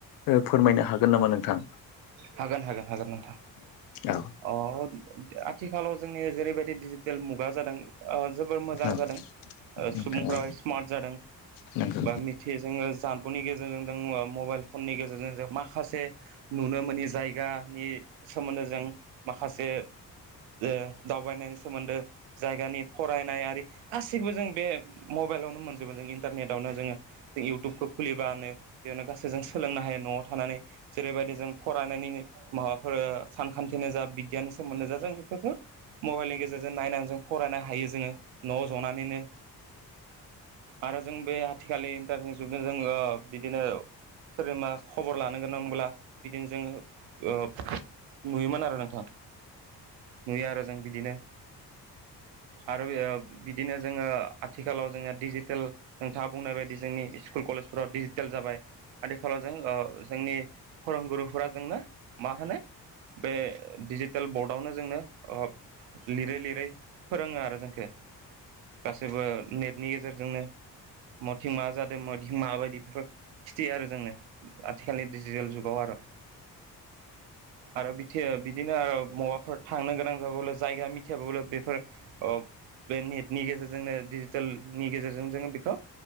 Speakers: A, on the left; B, on the right.
A: ओ फोरमायनो हागोन नामा नोंथां?
B: हागोन हागोन हागोन नोंथां
A: औ
B: अ आथिखालाव जोंनि जेरैबायदि टेल मुगा जादों जोबोर मोजां
A: औ
B: जादों
A: नोंथाङा
B: सुबुंफ्रा स्मार्ट जादों
A: नोंगौ
B: बा मिथियो जोङो जानबुंनि गेजेरजों जों मबाइल फननि गेजेरजों जों माखासे नुनो मोनि जायगा नि सोमोन्दै जों माखासे ओ दावबायनायनि सोमोनदो जायगानि फरायनाय आरि गासैबो जों बे मब मबाइलावनो मोनजोबो जों इन्टारनेटावनो जोङो इउटुबखौ खुलिबानो बेयावनो गासै जों सोलोंनो हायो न'वाव थानानै जेरैबायदि जों फरानायनिनो माबाफोर ओ सानखथिनो जा बिगियाननि सोमोन्दै जा जों बहुत मबाइलनि गेजेर गेजेरजों नायनानै जों फरायनो हायो जोङो न'वाव जनानैनो आरो जों बे आथिखालनि इन्टारनेट जुगजों जोङो बिदिनो सोरजोंबा खबर लानो गोनांब्ला बिदिनो जोङो ओ नुयोमोन आरो नोंथां नुयो आरो जों बिदिनो आरो बियो बिदिनो जोङो आथिखालाव जोङो डिजिटेल नोंथाङा बुंनाय बायदि जोंनि इस्कुल कलेजफोराव डिजिटेल जाबाय आथिखालाव जों ओ जोंनि फोरोंगुरुफोरा जोंनो मा होनो बे डिजिटेल बर्डआवनो जोंनो ओ लिरै लिरै फोरोङो आरो जोंखो गासैबो नेटनि गेजेरजोंनो मथिं मा जादों मथिं माबायदि बेफोर खिथियो आरो जोंनो आथिखालनि डिजिटेल जुग अ आर' आरो बिथो बिदिनो आर' मबाफोर थांनो गोनां जाबावल जायगा मिथियाबाबो बेफोर ओ बे नेटनि गेजेरजोंनो डिजिटेलनि गेजेरजों जोङो बेखौ